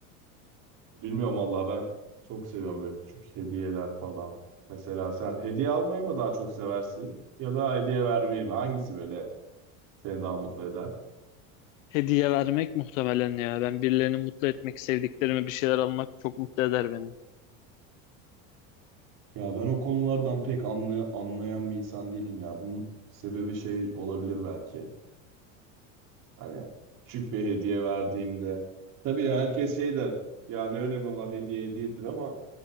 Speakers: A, on the right; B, on the left.
A: bilmiyorum vallahi ben çok seviyorum böyle küçük hediyeler falan. Mesela sen hediye almayı mı daha çok seversin ya da hediye vermeyi mi? Hangisi böyle seni daha mutlu eder?
B: Hediye vermek muhtemelen ya. Ben birilerini mutlu etmek, sevdiklerime bir şeyler almak çok mutlu eder beni.
A: Ya ben o konulardan pek anlay anlayan bir insan değilim ya. Bunun sebebi şey olabilir belki. Hani küçük bir hediye verdiğimde. Tabii ya herkes şey der. Ya ne önemi var hediye hediyedir ama